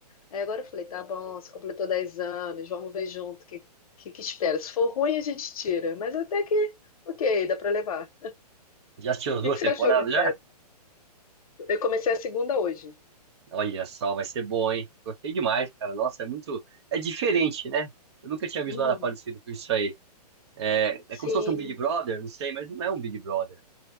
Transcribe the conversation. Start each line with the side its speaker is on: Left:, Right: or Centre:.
Left: Aí agora eu falei, tá bom, você completou 10 anos, vamos ver junto o que, que, que espera. Se for ruim, a gente tira. Mas até que, ok, dá pra levar
Right: Já assistiu as
Left: que
Right: duas
Left: que você
Right: temporadas
Left: achou da série?
Right: já?
Left: Eu comecei a segunda hoje.
Right: Olha só, vai ser bom, hein? Gostei demais, cara. Nossa, é muito. É diferente, né? Eu nunca tinha visto
Left: Uhum.
Right: nada parecido com isso aí. É, é
Left: Sim,
Right: como se fosse um Big Brother, não sei, mas não é um Big Brother.